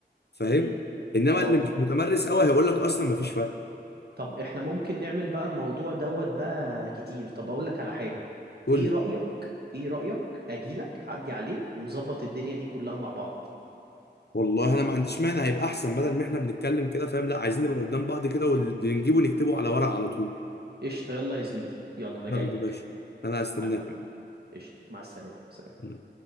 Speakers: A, on the left; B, on the right.
A: فاهم
B: امم
A: انما
B: اه
A: اللي مش متمرس قوي هيقول لك اصلا ما فيش فرق
B: طب احنا ممكن نعمل بقى الموضوع دوت بقى كتير طب اقول لك على حاجة
A: قول
B: ايه
A: لي
B: رأيك ايه رأيك اجيلك اعدي عليك ونظبط الدنيا دي كلها مع بعض
A: والله انا ما عنديش مانع يبقى احسن بدل ما احنا بنتكلم كده فاهم لا عايزين نبقى قدام بعض كده واللي نجيبه نكتبه على ورق على طول
B: قشطة يلا يا زميلي يلا انا
A: يلا
B: جايلك
A: يا باشا انا هستناك
B: حبيبي قشطة مع السلامة سلام
A: يعني